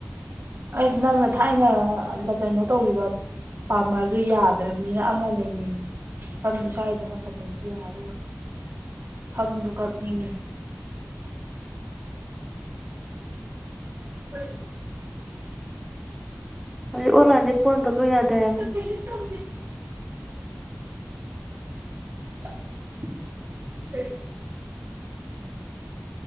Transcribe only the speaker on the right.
ꯑꯩꯗꯤ ꯅꯪꯅ ꯊꯥꯏꯅ ꯀꯩꯅꯣ ꯇꯧꯒꯤꯕꯥ ꯄꯥꯃꯗꯨ ꯌꯥꯗ꯭ꯔꯕꯅꯤꯅ ꯑꯃ ꯂꯩꯅꯤꯡꯉꯦ ꯁꯝꯁꯨ ꯁꯏꯗꯅ ꯐꯖꯩ ꯑꯗꯨꯒ ꯁꯝꯁꯨ ꯀꯛꯅꯤꯡꯉꯤ ꯐꯣꯏ inaudible
ꯏꯁꯨ ꯇꯣꯝꯕꯤ ꯑꯁ ꯀꯔꯤ